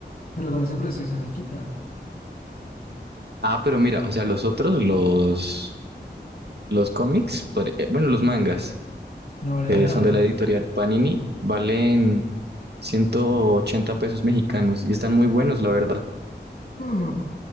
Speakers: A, on the left (about 55°); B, on the right (about 65°).
A: pero con ese precio se me quita.
B: Ah, pero mira, o sea, los otros, los, los cómics, por- eh, bueno, los mangas,
A: No vale
B: que
A: nada.
B: son de la editorial Panini, valen 180 pesos mexicanos y están muy buenos, la verdad.
A: Mm,